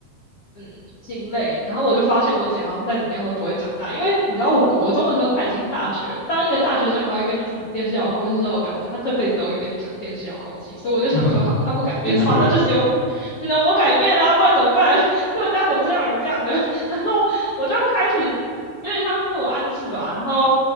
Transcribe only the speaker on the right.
<laughs>
的确，